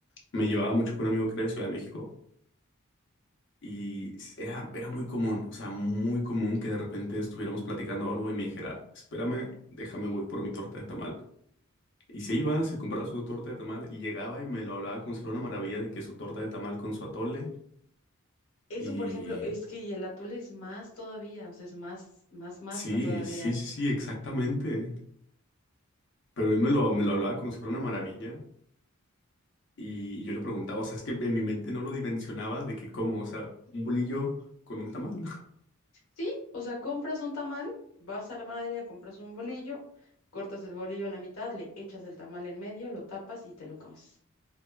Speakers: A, on the left; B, on the left.
A: me llevaba mucho con un amigo que era de Ciudad de México y era, era muy común, o sea, muy común que de repente estuviéramos platicando algo y me dijera, espérame, déjame voy por mi torta de tamal. Y se iba, se compraba su torta de tamal y llegaba y me lo hablaba como si fuera una maravilla de que su torta de tamal con su atole
B: Eso,
A: y
B: por ejemplo, es que y el atole es más todavía, o sea, es más, más masa
A: sí,
B: todavía.
A: sí, sí, sí, exactamente. Pero él me lo, me lo hablaba como si fuera una maravilla. Y y yo le preguntaba, o sea, es que en mi mente no lo dimensionaba de que cómo, o sea, un bolillo con un tamal. <laughs>
B: Sí, o sea, compras un tamal, vas a la panadería, compras un bolillo, cortas el bolillo a la mitad, le echas el tamal en medio, lo tapas y te lo comes.